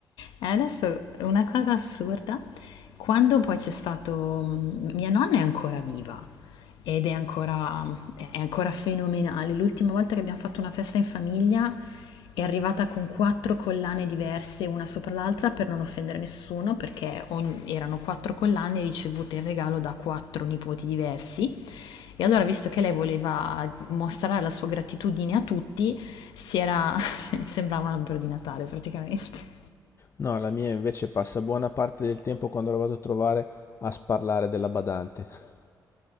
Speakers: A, on the left (about 85°); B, on the left (about 40°).
A: E adesso una cosa assurda, quando poi c'è stato... mm, Mia nonna è ancora viva ed è ancora, è ancora fenomenale. L'ultima volta che abbiamo fatto una festa in famiglia è arrivata con 4 collane diverse una sopra l'altra per non offendere nessuno, perché ogn- erano 4 collane ricevute in regalo da 4 nipoti diversi. E allora, visto che lei voleva mostrare la sua gratitudine a tutti, si era... <laughs> sembrava un albero di Natale praticamente.
B: No, la mia invece passa buona parte del tempo quando la vado a trovare a sparlare della badante. <laughs>